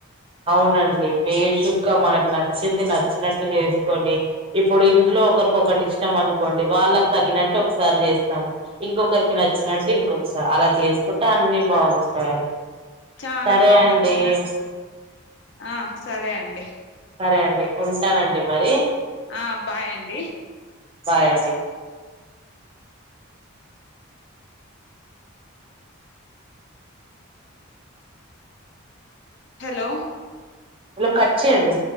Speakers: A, on the right; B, on the left.
A: అవునండి బేషుగ్గా మనకు నచ్చింది నచ్చినట్టు చేస్కొని ఇప్పుడు ఇంట్లో ఒకరికొకటి ఇష్టం అనుకోండి వాళ్ళకి తగినట్టు ఒకసారి చేస్ ఇంకొకరికి నచ్చినట్టు ఇంకొకసారి అలా చేసుకుంటే అన్ని బాగుంటాయండి
B: చాలా
A: సరే
B: బాగుంటుంది
A: అండి
B: ఆ సరే అండి
A: సరే అండి ఉంటానండి మరి
B: ఆ బాయ్ అండి
A: బాయ్ అండి
B: హలో
A: ఇలా కట్ చేయండి